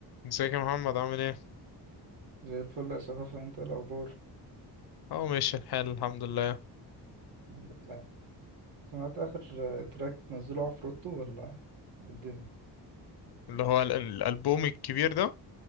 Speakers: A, on the left; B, on the right.
A: ازيك يا محمد عامل ايه؟
B: زي الفل يا شفافة انت ايه الأخبار
A: اه ماشي الحال الحمد لله
B: الحمد لله سمعت آخر تراك نزله عفروتو ولا الدنيا
A: اللي هو ال- الألبوم الكبير ده